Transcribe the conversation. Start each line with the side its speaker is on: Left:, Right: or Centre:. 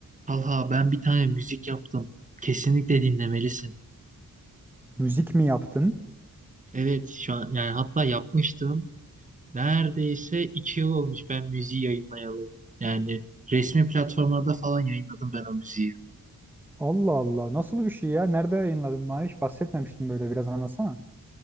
Right: Talha ben bir tane müzik yaptım. Kesinlikle dinlemelisin.
Centre: Müzik mi yaptın?
Right: Evet şu an yani hatta yapmıştım. Neredeyse iki yıl olmuş ben müziği yayınlayalı. Yani resmi platformlarda falan yayınladım ben o müziği.
Centre: Allah Allah. Nasıl bir şey ya? Nerede yayınladın? Bana hiç bahsetmemiştin böyle. Biraz anlatsana.